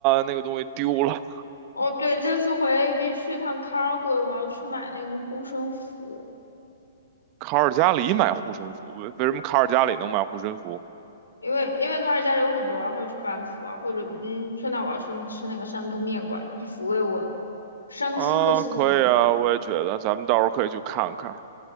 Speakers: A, on the right; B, on the left.
A: 那个东西丢了。
B: 哦，对，这次回 AB 去趟 c a r g o 我要去买那个护身符。
A: 卡尔加里买护身符，为为什么卡尔加里能买护身符
B: 因为因为卡尔加里有很多啊，或者去班夫啊，或者嗯，去到我要去吃那个山东面馆，以抚慰我伤心的心灵。
A: 啊？可以啊，我也觉得，咱们到时候可以去看看。